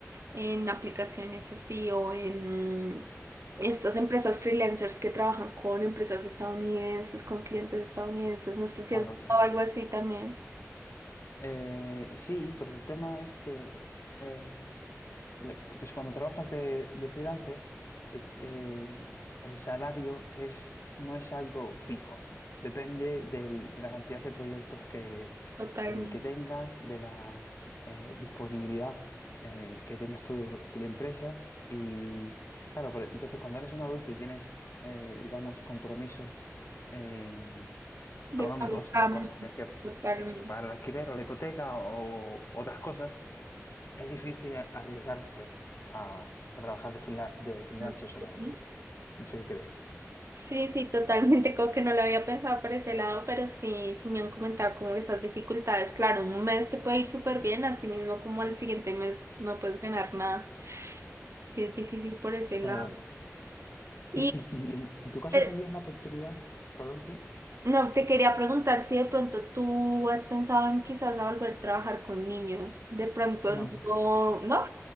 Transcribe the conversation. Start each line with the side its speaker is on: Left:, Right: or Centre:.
Right: en aplicaciones así o en estas empresas freelancers que trabajan con empresas estadounidenses, con clientes estadounidenses. No sé si
Left: Claro,
Right: has visto
Left: también.
Right: algo así también.
Left: Eh, sí, pero el tema es que, eh, le- es cuando trabajas de, de freelancer, eh, eh, el salario es, no es algo fijo. Depende del- de la cantidad de proyectos que,
Right: Totalmente.
Left: eh, que tengas, de la eh, disponibilidad eh, que tengas tú y la empresa. Y claro, pero entonces cuando eres un adulto y tienes, eh, digamos, compromisos eh, económicos,
Right: De Pablo Camus,
Left: ¿no? Cosas, tienes que
Right: totalmente.
Left: eso, pagar el alquiler o la hipoteca o otras cosas es difícil arriesgarse a, a trabajar de, fila- de freelancer
Right: Así
Left: solamente.
Right: que
Left: No sé qué crees.
Right: Sí, sí, sí, totalmente. Como que no lo había pensado por ese lado, pero sí, sí me han comentado como esas dificultades. Claro, un mes te puede ir súper bien, así mismo como al siguiente mes no puedes ganar nada. Sí, es difícil por ese
Left: Claro.
Right: lado. Y
Left: ¿Y, y- y en, en tu caso
Right: eh,
Left: tendrías la oportunidad? Perdón, sí.
Right: No, te quería preguntar si de pronto tú has pensado en quizás a volver a trabajar con niños. De pronto
Left: No, no.
Right: no, no,